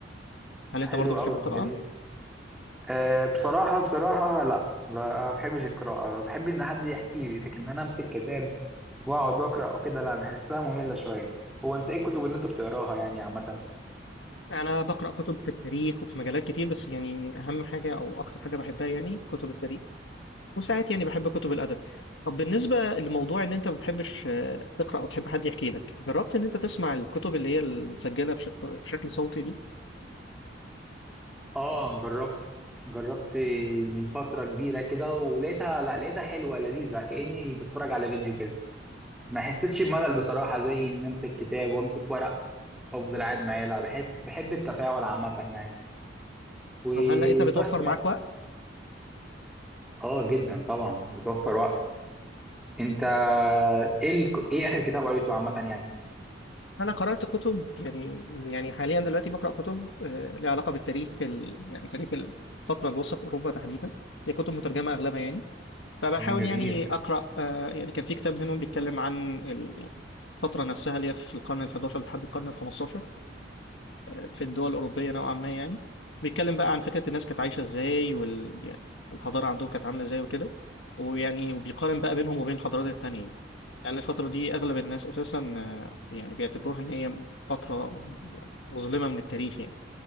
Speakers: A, on the left; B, in the centre.
A: هل أنت
B: حلو
A: برضو بتحب
B: قوي
A: القراءة؟
B: جميل أه بصراحة بصراحة لا ما بحبش القراءة بحب إن حد يحكي لي لكن أنا أمسك كتاب وأقعد أقرأ أو كده لا بحسها مملة شوية هو أنت إيه الكتب اللي أنت بتقراها يعني عامة؟
A: أنا بقرأ كتب في التاريخ وفي مجالات كتير بس يعني أهم حاجة أو أكتر حاجة بحبها يعني كتب التاريخ وساعات يعني بحب كتب الأدب طب بالنسبة لموضوع إن أنت ما بتحبش آه، تقرأ أو تحب حد يحكي لك جربت إن أنت تسمع الكتب اللي هي المسجلة بش- بشكل صوتي دي؟
B: آه جربت جربت من فترة كبيرة كده ولقيتها لا لقيتها حلوة لذيذة كأني بتفرج على فيديو كده ما حسيتش بملل بصراحة زي إن أمسك كتاب وأمسك ورق وأفضل قاعد معاه لا بحس بحب التفاعل عامة يعني وبس
A: طب هل لقيتها بتوفر
B: يعني
A: معاك وقت؟
B: آه جدا طبعا بتوفر وقت انت ايه ال... ايه اخر كتاب قريته عامه يعني
A: أنا قرأت كتب يعني يعني حاليا دلوقتي بقرأ كتب آه، ليها علاقة بالتاريخ ال... يعني تاريخ الفترة الوسطى في أوروبا تحديدا هي كتب مترجمة أغلبها يعني فبحاول
B: مم، جميل
A: يعني اقرا آه، يعني كان في كتاب منهم بيتكلم عن ال- يعني الفتره نفسها اللي هي في القرن ال11 لحد القرن ال15 في الدول الاوروبيه نوعا ما يعني بيتكلم بقى عن فكره الناس كانت عايشه ازاي وال يعني والحضاره عندهم كانت عامله ازاي وكده ويعني وبيقارن بقى بينهم وبين الحضارات التانية يعني الفترة دي أغلب الناس أساسا آه، يعني بيعتبروها إن هي فترة يعني مظلمة من التاريخ يعني